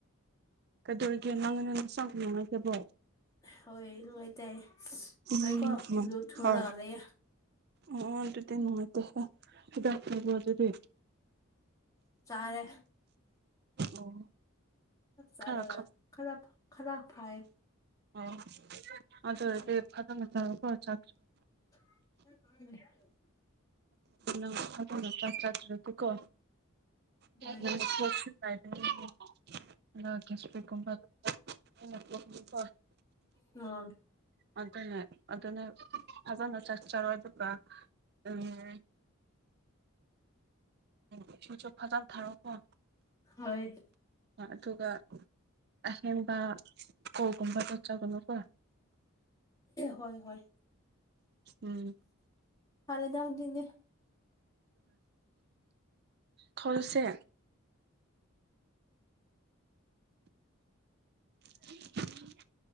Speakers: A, on the right; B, on the left.
A: ꯀꯩꯗꯧꯔꯤꯒꯦ ꯅꯪ ꯅꯪ ꯆꯥꯛ ꯅꯨꯡꯉꯥꯏꯒꯦꯕꯣ
B: ꯍꯣꯏ ꯅꯨꯡꯉꯥꯏꯇꯦ
A: ꯎꯝ
B: ꯑꯩꯀꯣ ꯑꯗꯨ ꯊꯨꯅꯒꯜꯂꯌꯦꯦ
A: ꯍꯣꯏ ꯑꯣ ꯑꯗꯨꯗꯤ ꯅꯅꯨꯡꯉꯥꯏꯗꯦꯗꯥꯛ ꯐꯕ ꯑꯗꯨꯗꯤ
B: ꯆꯥꯔꯦ
A: ꯑꯣ
B: ꯆꯥꯔꯒ
A: ꯈꯔ ꯈꯛ
B: ꯈꯔ ꯈꯂ ꯐꯌꯦ
A: ꯑꯣ ꯑꯗꯨꯗ
B: ꯎꯝ
A: ꯐꯗ ꯃ ꯇ ꯀꯣ ꯆ
B: <inaudible>
A: ꯅ ꯆ꯭ꯔꯇꯇ ꯀꯣ <unintelligible>
B: ꯍꯣꯏ
A: <unintelligible>
B: ꯑ
A: ꯑꯗꯨꯅꯦ ꯑꯗꯨꯅꯦ ꯐꯖꯅ ꯆꯠ ꯆꯔꯣꯏ ꯑꯗꯨꯒ ꯎꯝ ꯎ ꯁꯨꯖꯣꯛ ꯐꯖꯔ ꯊꯙꯔꯄ
B: ꯍꯣꯏ
A: ꯑꯗꯨꯒ ꯑꯦꯟꯕ ꯀꯧ ꯀꯨꯝꯕꯥ ꯆꯠꯆꯒꯨꯝꯂ ꯀꯣ
B: ꯍꯣꯏ ꯍꯣꯏ
A: ꯎꯝ
B: ꯍꯔꯅ ꯍꯧꯖꯤꯛꯇ
A: ꯊꯂꯁ <inaudible>